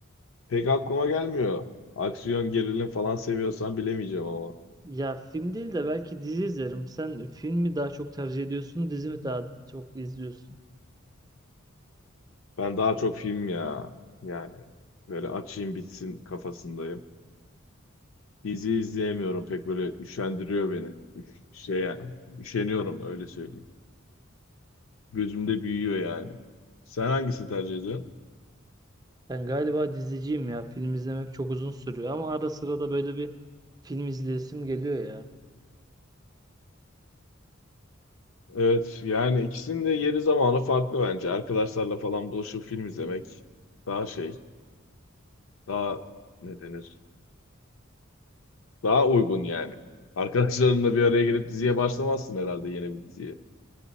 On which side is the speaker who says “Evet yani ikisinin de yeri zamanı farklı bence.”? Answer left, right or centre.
Left